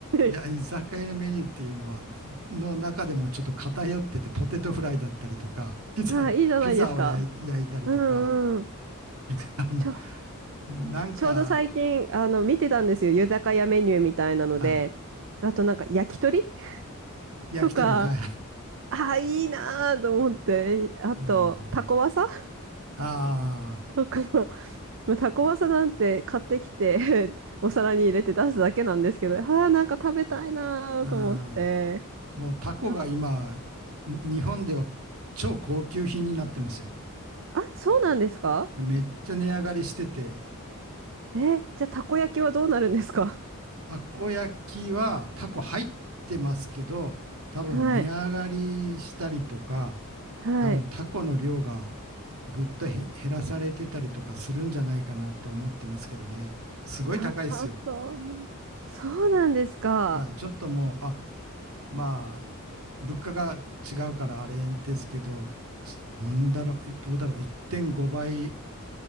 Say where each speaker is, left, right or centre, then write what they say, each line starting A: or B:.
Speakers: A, on the right; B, on the right.
A: いや、
B: い。
A: 居酒屋のメニューっていうのは、の中でもちょっと偏ってて、ポテトフライだったりとか、
B: <laughs>
A: ピザ、
B: ああ、いいじゃないですか。
A: ピザを焼い焼いたりとか、
B: うんうん。
A: <laughs> あもう
B: ちょ、
A: なんか、
B: ちょうど最近、あの、見てたんですよ。居酒屋メニューみたいなので。
A: あ、
B: あとなんか、焼き鳥 <laughs>
A: 焼き鳥、
B: とか、
A: はい。
B: ああ、いいなーと思って。あと、
A: うん
B: タコワサ <laughs>
A: あ
B: とか、<laughs> まあタコワサなんて買ってきて <laughs> お皿に入れて出すだけなんですけど、ああ、なんか食べたいなーと思って。
A: あ、うん、もうタコが今、
B: あ、
A: に日本では超高級品になってますよ。
B: あそうなんですか
A: でめっちゃ値上がりしてて、
B: え、じゃあ、たこ焼きはどうなるんですか
A: たこ焼きはタコ入ってますけど、多分値上がりしたりとか、
B: <laughs> はい。はい。
A: 多分タコの量がぐっとへ減らされてたりとかするんじゃないかなと思ってますけどね。すごい高いですよ。
B: ああ、そうな、そうなんですか。
A: はい、ちょっともう、あ、まあ、物価が違うからあれですけど、すどんだろう、いどうだろう、1.5倍